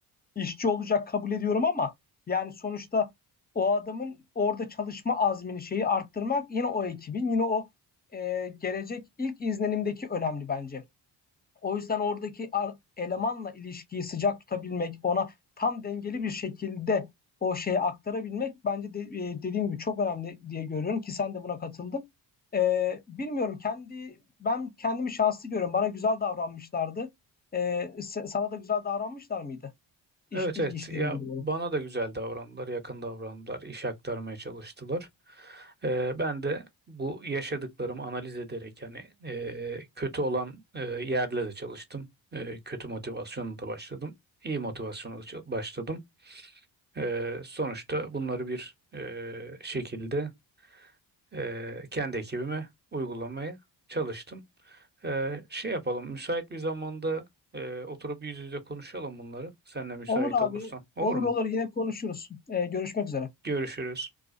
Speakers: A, on the left; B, on the right.
A: işçi olacak kabul ediyorum ama yani sonuçta o adamın orada çalışma azmini şeyi arttırmak yine o ekibin yine o e, gelecek ilk izlenimdeki önemli bence. O yüzden oradaki ar- elemanla ilişkiyi sıcak tutabilmek, ona tam dengeli bir şekilde o şeyi aktarabilmek bence de, e, dediğim gibi çok önemli diye görüyorum ki sen de buna katıldın. E, bilmiyorum kendi ben kendimi şanslı görüyorum. Bana güzel davranmışlardı. E, se- sana da güzel davranmışlar mıydı? İş,
B: Evet
A: ilk
B: evet
A: işlerimdi
B: ya
A: bu.
B: bana da güzel davrandılar, yakın davrandılar, iş aktarmaya çalıştılar. E, ben de bu yaşadıklarımı analiz ederek hani e, kötü olan e, yerle de çalıştım. E, kötü motivasyonla da başladım. İyi motivasyonla da ça- başladım. Ee, sonuçta bunları bir e, şekilde e, kendi ekibime uygulamaya çalıştım. E, şey yapalım, müsait bir zamanda e, oturup yüz yüze konuşalım bunları. Sen de müsait
A: Olur abi.
B: olursan. Olur
A: Olur
B: mu?
A: olur yine konuşuruz. Ee, görüşmek üzere.
B: Görüşürüz.